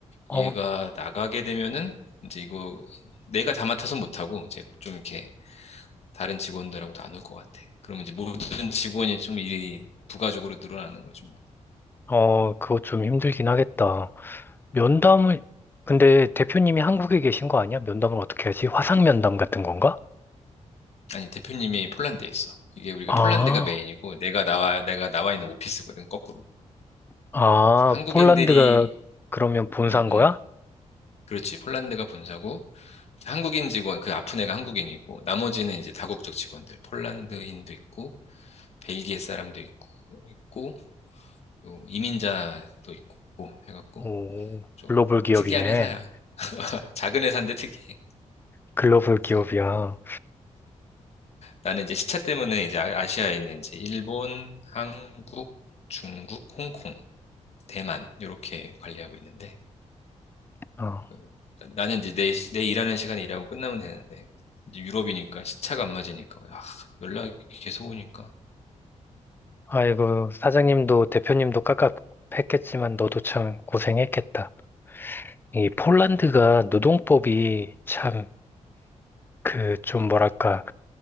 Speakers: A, on the left (about 15°); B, on the left (about 55°).
A: 어,
B: 얘가 나가게 되면은 이제 이거 내가 다 맡아서 못하고 이제 좀 이렇게 다른 직원들하고 나눌 것 같아. 그러면 이제 모든 직원이 좀 일이 부가적으로 늘어나는 거지 뭐.
A: 어, 그거 좀 힘들긴 하겠다. 면담을, 근데 대표님이 한국에 계신 거 아니야? 면담을 어떻게 하지? 화상 면담 같은 건가?
B: 아니, 대표님이 폴란드에 있어. 이게 우리가
A: 아,
B: 폴란드가 메인이고 내가 나와, 내가 나와 있는 오피스거든, 거꾸로.
A: 아,
B: 한국인들이,
A: 폴란드가 그러면 본사인
B: 음, 음,
A: 거야?
B: 그렇지. 폴란드가 본사고 한국인 직원, 그 아픈 애가 한국인이고 나머지는 이제 다국적 직원들, 폴란드인도 있고 벨기에 사람도 있고, 있고, 뭐 이민자도 있고, 해갖고,
A: 오,
B: 좀
A: 글로벌 기업이네.
B: 특이한 회사야. <laughs> 작은 회사인데 특이해.
A: 글로벌
B: 그래서
A: 기업이야.
B: 나는 이제 시차 때문에 이제 아- 아시아에 있는 이제 일본, 한국, 중국, 홍콩, 대만, 요렇게 관리하고 있는데,
A: 어.
B: 어, 나- 나는 이제 내, 시- 내 일하는 시간에 일하고 끝나면 되는데, 이제 유럽이니까 시차가 안 맞으니까, 아, 연락이 계속 오니까,
A: 아이고, 사장님도 대표님도 깝깝했겠지만 너도 참 고생했겠다. 이 폴란드가 노동법이 참 그 좀 뭐랄까,